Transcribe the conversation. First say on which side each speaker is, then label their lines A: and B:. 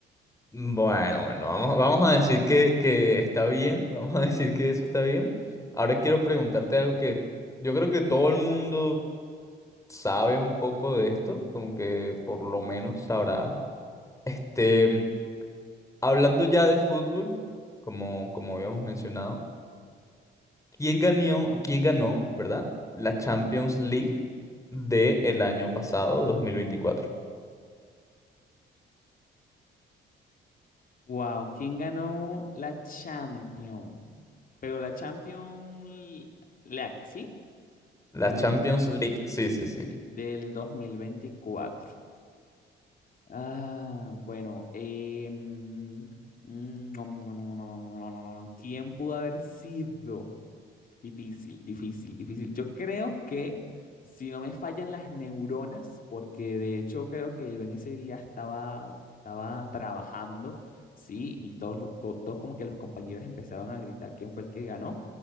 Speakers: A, on the left (about 15°); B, on the left (about 45°).
A: Bueno, bueno, vamos, vamos a decir que, que está bien, vamos a decir que eso está bien. Ahora quiero preguntarte algo que yo creo que todo el mundo sabe un poco de esto, como que por lo menos sabrá. Este, hablando ya de fútbol, como, como habíamos mencionado, ¿quién ganó, quién ganó, ¿verdad? La Champions League del año pasado, dos mil veinticuatro
B: Wow, ¿quién ganó la Champions? Pero la Champions League, ¿sí?
A: La
B: Del,
A: Champions League, sí, sí, sí.
B: Sí, del 2024. Ah, bueno, em, mm, <smacks lips> ¿quién pudo haber sido? Difícil, difícil, difícil. Yo creo que si no me fallan las neuronas, porque de hecho creo que yo en ese día estaba, estaba trabajando, sí, y todos, lo- to- todos como que los compañeros empezaron a gritar quién fue el que ganó.